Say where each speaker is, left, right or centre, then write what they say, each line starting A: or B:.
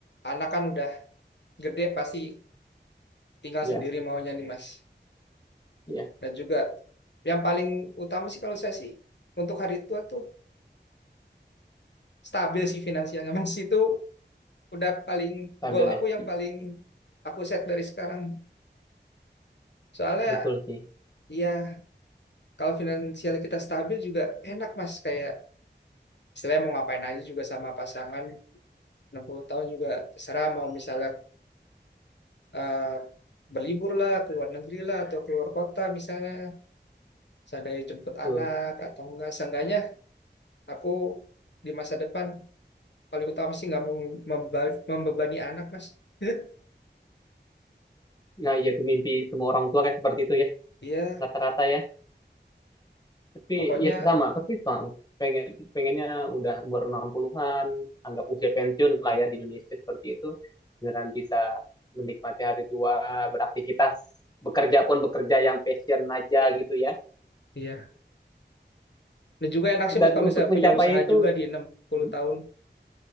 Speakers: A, on the left; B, on the left.
A: anak kan udah gede pasti tinggal
B: Iya,
A: sendiri maunya nih, Mas.
B: iya,
A: Dan juga yang paling utama sih kalau saya sih untuk hari tua tuh stabil sih finansialnya. <laughs> Mas itu udah paling
B: stabil
A: goal aku
B: ya.
A: yang
B: Hmm,
A: paling aku set dari sekarang. Soalnya
B: Betul sih,
A: ya kalau finansial kita stabil juga enak Mas kayak istilahnya mau ngapain aja juga sama pasangan 60 tahun juga terserah mau misalnya eh, berlibur lah ke luar negeri lah atau keluar kota misalnya seandainya jemput
B: betul.
A: anak atau enggak seenggaknya aku di masa depan paling utama sih nggak mau memba- membebani anak mas <laughs>
B: Nah, iya itu mimpi semua orang tua kayak seperti itu ya,
A: iya
B: rata-rata ya. Tapi
A: pokoknya
B: ya sih sama, pasti sama. Pengen, pengennya udah umur 60-an, anggap usia pensiun lah ya di Indonesia seperti itu. Beneran bisa menikmati hari tua, beraktivitas, bekerja pun bekerja yang passion aja gitu ya.
A: iya dan juga enak sih
B: Dan
A: mas kalau
B: untuk
A: misalnya
B: mencapai
A: punya usaha
B: itu,
A: juga di enam puluh
B: hmm,
A: tahun